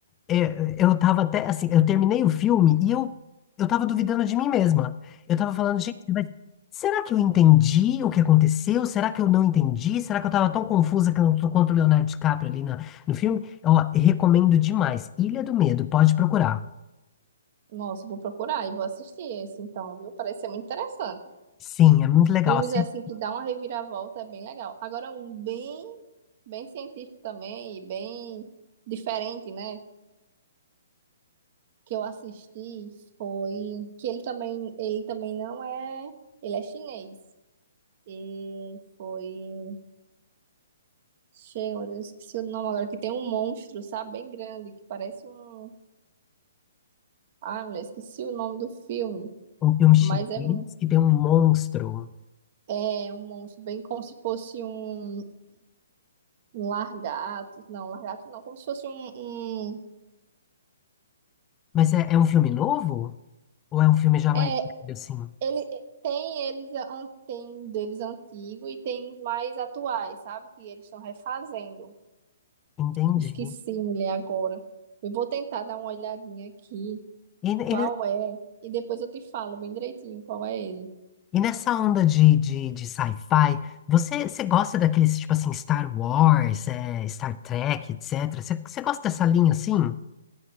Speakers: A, on the left; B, on the right.
A: É, eu tava até, assim, eu terminei o filme e eu, eu tava duvidando de mim mesma. Eu tava falando, gente, mas será que eu entendi o que aconteceu? Será que eu não entendi? Será que eu tava tão confusa que eu não tô quanto o Leonardo DiCaprio ali na, no filme? Ó, recomendo demais. Ilha do Medo, pode procurar.
B: Nossa, vou procurar e vou assistir esse então, viu? Parece ser muito interessante.
A: Sim, é muito legal.
B: Filmes
A: Assista
B: assim que dá uma reviravolta é bem legal. Agora, um bem bem científico também e bem diferente, né? Que eu assisti foi que ele também, ele também não é, ele é chinês. E foi, chega, mas eu esqueci o nome agora, que tem um monstro, sabe, bem grande, que parece um, ah, mulher, esqueci o nome do filme,
A: um filme
B: mas
A: chinês
B: é, um-
A: que tem um monstro.
B: é um monstro, bem como se fosse um, um largato, não, largato não, como se fosse um, um-
A: Mas é, é um filme novo? Ou é um filme já mais
B: é
A: velho, assim?
B: Ele eh, tem eles an- tem um deles antigo e tem os mais atuais, sabe? Que eles estão refazendo.
A: Entendi.
B: Esqueci, mulher, agora. Eu vou tentar dar uma olhadinha aqui,
A: E,
B: qual
A: e
B: é, e depois eu te falo bem direitinho qual é ele.
A: E nessa onda de, de, de sci-fi, você, você gosta daqueles, tipo assim, Star Wars, eh, Star Trek, etc? Você, você gosta dessa linha assim?